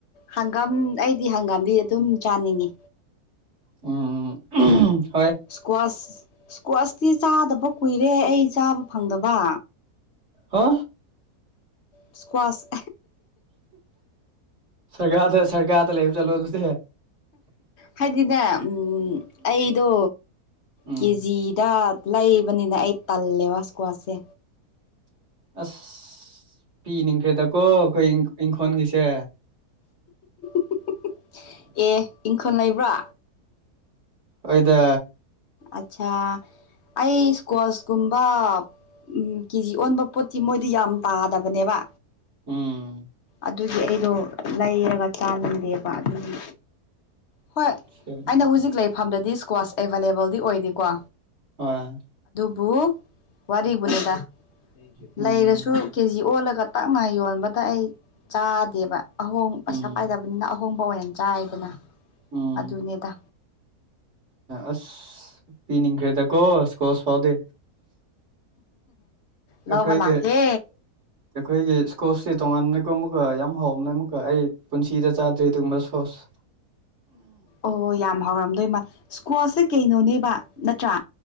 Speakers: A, on the left; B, on the right.
A: ꯍꯪꯒꯥꯝ ꯑꯩꯗꯤ ꯍꯪꯒꯥꯝꯗꯤ ꯑꯗꯨꯝ ꯆꯥꯅꯤꯡꯉꯤ
B: ꯑꯨꯝ <inaudible>
A: ꯏꯁꯀ꯭ꯋꯥꯁ ꯏꯁꯀ꯭ꯋꯥꯁꯇꯤ ꯆꯥꯗꯕ ꯀꯨꯏꯔꯦ ꯑꯩ ꯆꯥꯕ ꯐꯪꯗꯕ
B: ꯍꯥ
A: ꯏꯁ꯭ꯀ꯭ꯣꯠꯁ
B: ꯁꯔꯀꯥꯗ ꯁꯔꯀꯥꯗ ꯂꯩꯕ ꯆꯂꯣ ꯑꯗꯨꯗꯤ
A: ꯍꯥꯏꯗꯤꯅꯦ ꯎꯝ ꯑꯩꯗꯣ
B: ꯎꯝ
A: ꯀꯦꯖꯤꯗ ꯂꯩꯕꯅꯤꯅ ꯑꯩ ꯇꯜꯂꯦꯕ ꯏꯁꯀ꯭ꯋꯥꯠꯁꯦ
B: ꯑꯁ ꯄꯤꯅꯤꯡꯈ꯭ꯔꯦꯗꯀꯣ ꯑꯩꯈꯣꯏ ꯏꯪꯈꯣꯟꯒꯤꯁꯦ
A: <inaudible> ꯑꯦ ꯏꯪꯈꯣꯟꯜ ꯂꯩꯕ꯭ꯔꯣ
B: ꯍꯣꯏꯗ
A: ꯑꯠꯆꯥꯥ ꯑꯩ ꯏꯁꯀꯁꯀꯨꯝꯕ ꯎꯝ ꯀꯦꯖꯤ ꯑꯣꯟꯕ ꯄꯣꯠꯇꯤ ꯃꯣꯏꯗꯤ ꯌꯥꯝ ꯄꯥꯗꯕꯅꯦꯕ
B: ꯎꯝ
A: ꯑꯗꯨꯒꯤ ꯑꯩꯗꯣ ꯂꯩꯔꯒ ꯆꯥꯅꯤꯡꯗꯦꯕ ꯑꯗꯨꯒꯤ ꯍꯣꯏ
B: ꯍꯣꯏ
A: ꯑꯩꯅ ꯍꯧꯖꯤꯛ ꯂꯩꯐꯝꯗꯗꯤ ꯏꯁꯀ꯭ꯋꯥꯁ ꯑꯦꯕꯥꯏꯂꯦꯕꯜꯗꯤ ꯑꯣꯏꯗꯦꯀꯣ
B: ꯍꯣꯏ
A: ꯕꯨ ꯋꯥꯔꯤꯕꯨꯅꯤꯗ
B: ꯎꯝ
A: ꯂꯩꯔꯁꯨ ꯀꯦꯖꯤꯑꯣꯜꯒ ꯒꯇꯥꯡꯅ ꯌꯣꯟꯕꯗ ꯑꯩ ꯆꯥꯗꯦꯕ ꯑꯍꯣꯡ ꯄꯩꯁꯥ
B: ꯎꯝ
A: ꯄꯥꯏꯗꯕꯅꯤꯅ ꯑꯍꯣꯡ ꯑꯍꯣꯡꯕ ꯑꯣꯏꯅ ꯆꯥꯏꯗꯅ
B: ꯎꯝ
A: ꯑꯗꯨꯅꯦꯗ
B: ꯑꯁ ꯄꯤꯅꯤꯡꯈ꯭ꯔꯦꯗ ꯀꯣꯁ ꯀꯣꯁ ꯐꯥꯎꯗꯤ
A: ꯂꯧꯕ
B: ꯑꯩꯈꯣꯏꯒꯤ
A: ꯂꯥꯛꯀꯦ
B: ꯑꯩꯈꯣꯏꯒꯤ ꯏꯁꯀꯣꯁꯁꯤ ꯇꯣꯉꯥꯟꯅ ꯊꯣꯡꯕꯀꯣ ꯌꯥꯝ ꯍꯥꯎꯕꯅꯦ ꯑꯃꯨꯛꯀ ꯑꯩ ꯄꯨꯟꯁꯤꯗ ꯆꯥꯗ꯭ꯔꯤ ꯑꯗꯨꯒꯨꯝꯕ ꯁꯣꯁ
A: ꯑꯣ ꯌꯥꯝ ꯍꯥꯎꯔꯝꯗꯣꯏ ꯃꯥ ꯁ꯭ꯀꯣꯁꯦ ꯀꯩꯅꯣꯅꯦꯕ ꯅꯠꯇ꯭ꯔꯥ